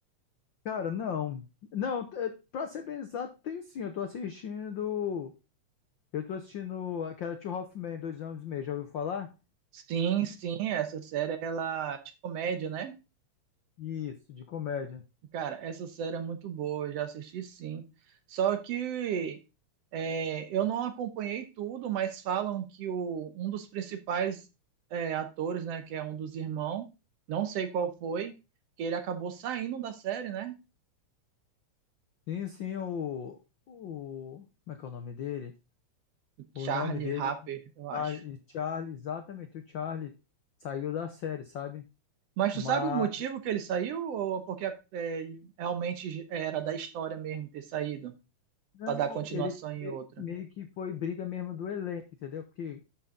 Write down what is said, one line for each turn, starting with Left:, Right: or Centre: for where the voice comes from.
Left: Cara, não. Não, é, pra ser bem exato, tem sim, eu tô assistindo, eu tô assistindo aquela Two Hoffman, dois anos e meio, já ouviu falar?
Right: Sim, sim, essa série, ela, é de comédia, né?
Left: Isso, de comédia.
Right: Cara, essa série é muito boa, eu já assisti sim. Só que é, eu não acompanhei tudo, mas falam que o, um dos principais é, atores, né, que é um dos irmãos, não sei qual foi, que ele acabou saindo da série, né?
Left: Sim, sim, o, o, como é que é o nome dele?
Right: Charlie
Left: O nome dele
Right: Harper, eu acho.
Left: Charlie, Charlie, exatamente, o Charlie saiu da série, sabe?
Right: Mas
Left: Mas
Right: tu sabe o motivo que ele saiu ou porque é, ele realmente era da história mesmo ter saído
Left: não,
Right: para dar continuação
Left: ele
Right: em
Left: me-
Right: outra?
Left: meio que foi briga mesmo do elenco, entendeu? Porque